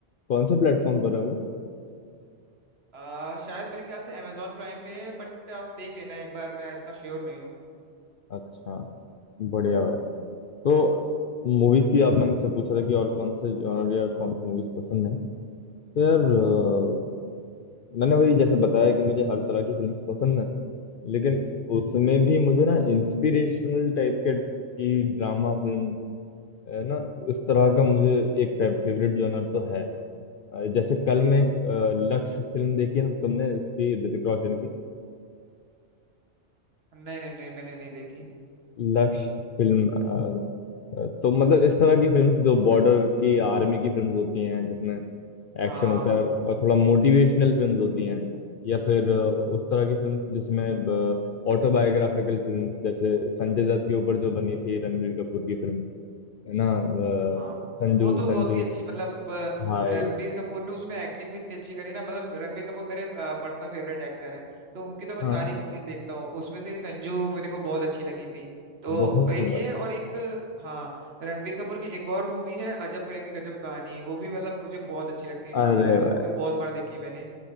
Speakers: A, on the left; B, on the right.
A: कौन से प्लेटफॉर्म पर है वो
B: आ, शायद मेरे ख्याल से अमेजोन प्राइम पे है बट आप देख लेना एक बार मैं इतना श्योर नहीं हूँ
A: अच्छा बढ़िया भाई तो मूवीज की आपने मुझसे पूछा था कि और कौन से जॉनर या कौन से मूवीज पसंद है तो यार अ, मैंने वही जैसे बताया कि मुझे हर तरह की फिल्म्स पसंद है लेकिन उसमें भी मुझे ना इंस्पिरेशनल टाइप के की ड्रामा फिल्म है ना उस तरह का मुझे एक फेवरेट जॉनर तो है अ, जैसे कल मैं अ, लक्ष्य फिल्म देखी ना तुमने इसकी ऋतिक रोशन की
B: नहीं नहीं नहीं मैंने नहीं देखी
A: लक्ष्य फिल्म अ, तो मतलब इस तरह की फिल्म्स जो बॉर्डर की आर्मी की फिल्म्स होती हैं जिसमें एक्शन
B: हाँ हाँ,
A: होता है
B: हाँ।
A: और थोड़ा मोटिवेशनल फिल्म्स होती हैं या फिर अ, उस तरह की फिल्म्स जिसमें ऑटोबायोग्राफिकल फिल्म्स जैसे संजय दत्त के ऊपर जो बनी थी रणबीर कपूर की फिल्म है ना अ,
B: हाँ
A: संजू
B: वो तो
A: संजू
B: बहुत ही अच्छी मतलब अ,
A: भाई
B: रणबीर कपूर ने उसमें एक्टिंग भी इतनी अच्छी करी ना मतलब रणबीर कपूर मेरे पर्सनल फेवरेट एक्टर हैं तो उनकी तो मैं
A: हाँ
B: सारी मूवीज देखता हूँ उसमें से संजू मेरे को बहुत अच्छी लगी थी तो
A: बहुत
B: एक
A: सुंदर
B: ये
A: फिल्म
B: और एक अ, हाँ रणबीर कपूर की एक और मूवी है अजब प्रेम की गजब कहानी वो भी मतलब मुझे बहुत अच्छी लगती है
A: अरे
B: तो वो भी
A: भाई
B: मूवी बहुत बार देखी है मैंने